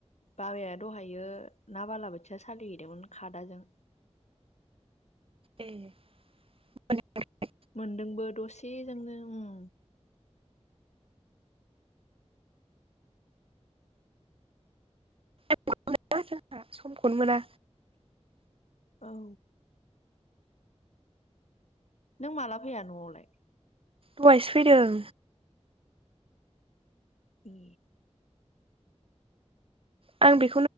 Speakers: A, on the left; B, on the right.
A: बाबाया दहायो ना बालाबोथिया सालिहैदोंमोन खादाजों।
B: ए <unintelligible>
A: मोनदोंबो दसेजोंनो उम
B: <unintelligible> समखौनो मोना।
A: औ नों माला फैया न'वावलाय?
B: दहायसो फैदों।
A: ए
B: आं बेफ